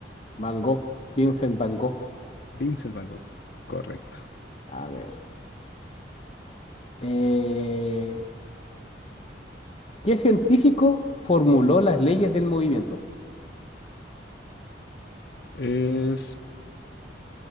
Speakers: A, on the left (about 35°); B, on the left (about 60°).
A: Van Gogh, Vincent Van Gogh.
B: Vincent Van Gogh. Correcto.
A: A ver. eh, ¿qué científico formuló las leyes del movimiento?
B: Es